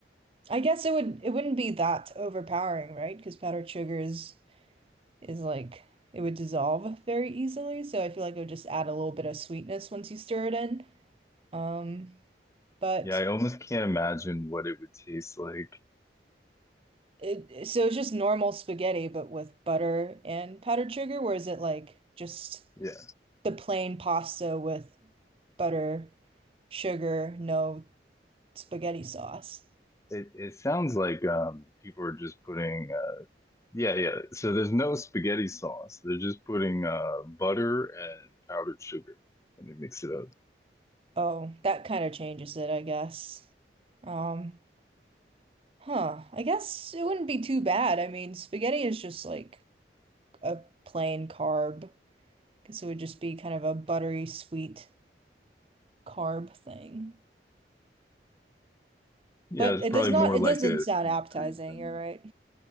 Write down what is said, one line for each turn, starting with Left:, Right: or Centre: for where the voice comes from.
Right: I guess it would it wouldn't be that overpowering, right? Because powdered sugar is is like it would dissolve very easily, so I feel like it would just add a little bit of sweetness once you stir it in. Um, but
Left: Yeah, I almost can't imagine what it would taste like.
Right: it so it's just normal spaghetti, but with butter and powdered sugar, or is it like just
Left: Yeah,
Right: the plain pasta with butter, sugar, no spaghetti sauce?
Left: it it sounds like um people are just putting uh yeah yeah. So there's no spaghetti sauce. They're just putting uh butter and powdered sugar and they mix it up.
Right: Oh, that kind of changes it, I guess. Um, Huh. I guess it wouldn't be too bad. I mean, spaghetti is just like a plain carb. Guess it would just be kind of a buttery sweet carb thing.
Left: Yeah,
Right: But
Left: it's
Right: it
Left: probably
Right: does not,
Left: more
Right: it
Left: like
Right: doesn't
Left: a
Right: sound
Left: sweet
Right: appetizing,
Left: treat than.
Right: you're right.